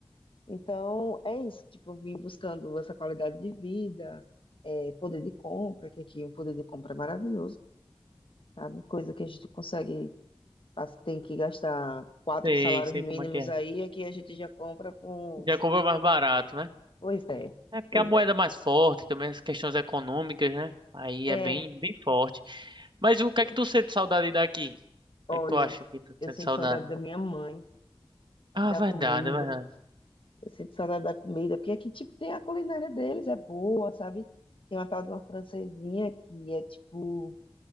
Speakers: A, on the left (about 65°); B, on the right (about 55°).
A: Então, é isso, tipo, eu vim buscando essa qualidade de vida, é, poder de compra, que aqui o poder de compra é maravilhoso, sabe? Coisa que a gente consegue, a- tem que gastar quatro
B: sei,
A: salários
B: sei
A: mínimos
B: como é que é.
A: aí, aqui a gente já compra com...
B: Jacob
A: cinco.
B: é mais barato, né?
A: Pois é,
B: É porque
A: pois
B: a moeda
A: é.
B: é mais forte também, as questões econômicas, né? Aí
A: É,
B: é bem, bem forte. Mas o que
A: e
B: é que tu sente saudade daqui? O
A: olha,
B: que é que tu acha que tu
A: eu
B: sente
A: sinto
B: saudade?
A: saudade da minha mãe,
B: Ah,
A: da
B: verdade,
A: comida,
B: é verdade.
A: eu sinto saudade da comida, porque aqui, tipo, tem a culinária deles, é boa, sabe? Tem uma tal de uma francesinha que é, tipo...